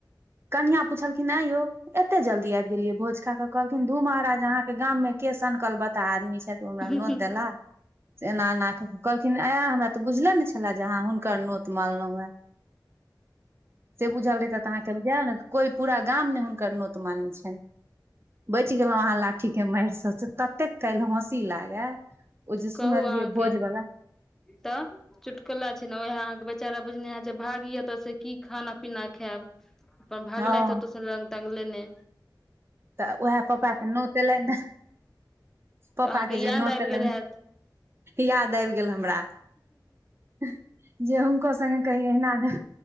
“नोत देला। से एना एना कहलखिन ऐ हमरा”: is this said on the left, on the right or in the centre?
Right